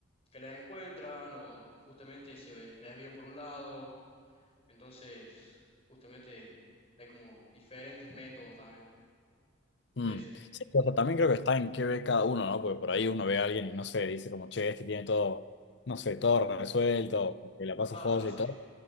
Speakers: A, on the left; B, on the left.
A: que la encuentran o justamente se ve- desvían por un lado, entonces justamente hay como diferentes métodos también
B: Mm.
A: de eso.
B: Sí, o sea, también creo que está en qué ve cada uno, ¿no? Porque por ahí uno ve a alguien y no sé, dice como, che, este tiene todo, no sé, todo resuelto, que la pasa
A: Claro,
B: joya
A: sí,
B: y todo.